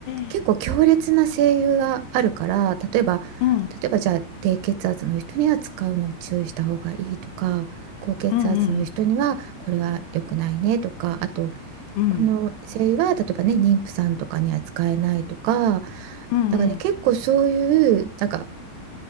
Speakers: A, on the left (about 80°); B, on the right (about 80°).
A: え。
B: 結構強烈な声優があるから例えば例えばじゃあ低血圧の人には使うのを注意した方がいいとか高血圧の人にはこれは良くないねとかあと
A: うん。うんうんうん。うん。
B: この声優は例えばね妊婦さんとかには使えないとか
A: うんうん。
B: だからね結構そういうなんか